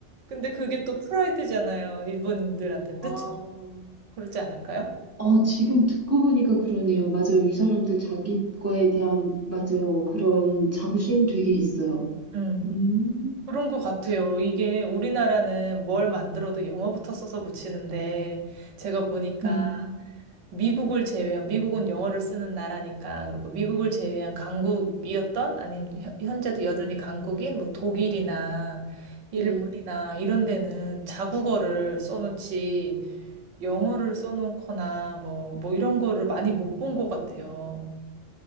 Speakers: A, on the right; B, on the right.
A: 근데 그게 또 프라이드잖아요. 일본인들한테는. 그렇죠?
B: 아,
A: 그렇지 않을까요?
B: 어, 지금 듣고 보니까 그러네요. 맞아요. 이 사람들 자기 거에 대한, 맞아요. 그런 자부심 되게 있어요.
A: 음.
B: 음,
A: 그런 것 같아요.
B: 듣고,
A: 이게 우리나라는 뭘 만들어도 영어부터 써서 붙이는데 제가 보니까
B: 음,
A: 미국을 제외한, 미국은 영어를 쓰는 나라니까, 그리고 미국을 제외한 강국이었던, 아니면 현- 현재도
B: 네,
A: 여전히 강국인, 뭐 독일이나 일본이나
B: 네.
A: 이런 데는 자국어를 써놓지, 영어를 써놓거나, 뭐, 뭐 이런 거를 많이 못 본 것 같아요.